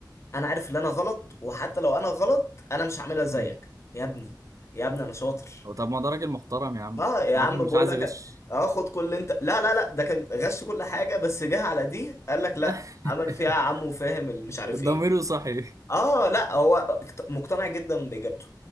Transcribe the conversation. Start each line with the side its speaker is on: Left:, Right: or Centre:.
Left: انا عارف ان انا غلط وحتى لو انا غلط انا مش هعملها زيك
Right: مم.
Left: يا ابني يا ابني انا شاطر
Right: هو طب ما ده راجل محترم يا عم
Left: اه يا عم
Right: راجل مش
Left: بقول
Right: عايز
Left: لك
Right: يغش
Left: اه خد كل اللي انت لا لا لا ده كان غش كل حاجه بس جه على دي قال لك لا
Right: <laughs>
Left: عمل فيها عمه فاهم اللي مش عارف ايه
Right: ضميره صحي
Left: اه لا هو اكت- مقتنع جدا باجابته